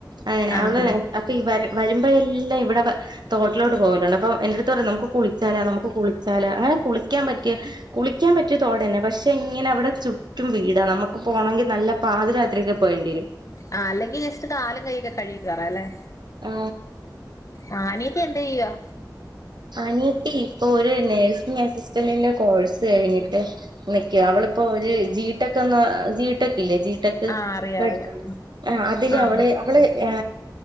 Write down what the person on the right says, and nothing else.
അങ്ങനെ
അവള്
അപ്പ ഇവ വരുമ്പോ എല്ലാം ഇവിടെ വ തോട്ടിലോട്ട് പോവലുണ്ട്, അപ്പം എന്റടുത്ത് പറയാ നമുക്ക് കുളിച്ചാല നമുക്ക് കുളിച്ചാല അങ്ങനെ കുളിക്കാൻ പറ്റിയ കുളിക്കാൻ പറ്റിയ തോടെന്നെ പക്ഷേ ഇങ്ങനെ അവിടെ ചു റ്റും വീടാ നമുക്ക് പോകണങ്കിൽ നല്ല പാതി രാത്രിക്കെ പോകേണ്ടി വരും.
ആ
അനിയത്തി ഇപ്പൊ ഒരു നേഴ്സിംഗ് അസിസ്റ്റന്റിന്റെ കോഴ്സ് കഴിഞ്ഞിട്ട് നിക്കാ അവളിപ്പോ ഒരു ജി ടെക് ജി ടെക് ട്ടിലേ ജി ടെക്ക്
പട
അതില് അവള്
അവള് ആ